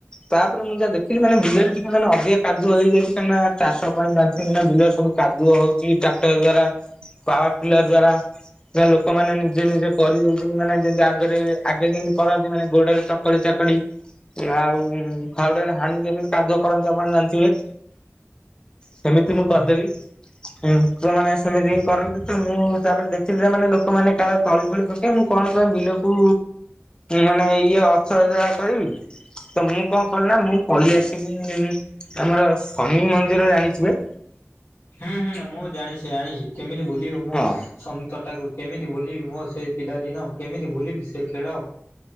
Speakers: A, on the left; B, on the left.
A: ତାପରେ ମୁଁ ଯାହା ଦେଖିଲି ମାନେ ବିଲରେ ଟିକେ ମାନେ ଅଧିକ କାଦୁ ହେଇଯାଇଛି। କାହିଁକି ନା ଚାଷ ପାଇଁ ଜାଣିଚ ନା ବିଲ ସବୁ କାଦୁଅ ହଉଛି ଟ୍ରାକ୍ଟର ଦ୍ଵାରା। ପାୱାର ପିଲାର ଦ୍ଵାରା ଯେ ଲୋକମାନେ ନିଜେ ନିଜେ କରିଦଉଛନ୍ତି ମାନେ ଯି ଆଗରେ ଆଗେ ଯେମିତି କରନ୍ତି ମାନେ ଗୋଡରେ ଚକଡି ଚାକଡି। ଆଉ ଫାଉଡ଼ାରେ ହାଣି କେମିତି କାଦୁଅ କରନ୍ତି ଆପଣ ଜାଣିଥିବେ? ସେମିତି ମୁଁ
B: ହୁଁ।
A: କରିଦେଲି। ଉଁ ଯୋଉ ମାନେ ସେମିତି ହିଁ କରନ୍ତି ତ ମୁଁ ହିସାବରେ ଦେଖିଲି ଯେ ମାନେ ଲୋକମାନେ କାଳେ ତଳି ଫଳି ପକଈ ମୁଁ କଣ ପାଇଁ ବିଲକୁ ମାନେ ଇଏ ଅସଜଡ଼ା କରିବି। ତ ମୁଁ କଣ କଲି ନା ମୁଁ ପଳେଇ ଆସିଲି ଆମର ଶନି ମନ୍ଦିର ଜାଣିଥିବେ?
B: ହୁଁ ହୁଁ ମୁଁ ଜାଣିଛି ଆଣିଛି କେମିତି ବୁଲିବୁ ମୁଁ
A: ହଁ
B: ସ ତଟାକୁ। କେମିତି ଭୁଲି ମୋ ସେ ପିଲା ଦିନ କେମିତି ଭୁଲିବି ସେ ଖେଳ?